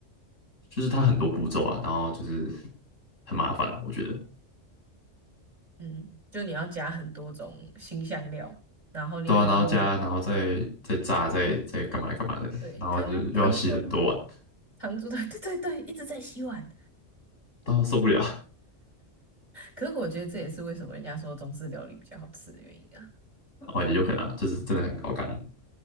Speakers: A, on the left; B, on the right.
A: 就是它很多步骤啊，然后就是很麻烦啊，我觉得。
B: 嗯，就你要加很多种新香料，然后你可能用
A: 对啊，然后加，然后再再炸，再再干嘛干嘛的，
B: 对它那糖醋。
A: 然后就又要洗很多碗，
B: 糖醋的，<laughs> 对对对，一直在洗碗。
A: 到受不了。
B: 可是我觉得这也是为什么人家说中式料理比较好吃的原因啊。
A: <laughs> 哦，也有可能啊，就是真的很高纲。